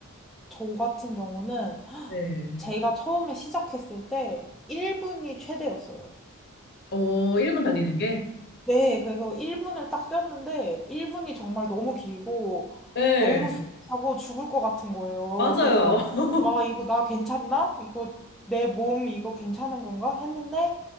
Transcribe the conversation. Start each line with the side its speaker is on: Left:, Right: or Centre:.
Centre: 저 같은 경우는
Left: 네.
Centre: 제가 처음에 시작했을 때 1분이 최대였어요.
Left: 어, 1분 달리는 게?
Centre: 네, 그래서 1분을 딱 뛰었는데 1분이 정말 너무 길고
Left: 네,
Centre: 너무 숨이 차고 죽을 것 같은 거예요.
Left: 맞아요.
Centre: 그래서
Left: <laughs>
Centre: 와, 이거 나 괜찮나? 이거 내 몸 이거 괜찮은 건가? 했는데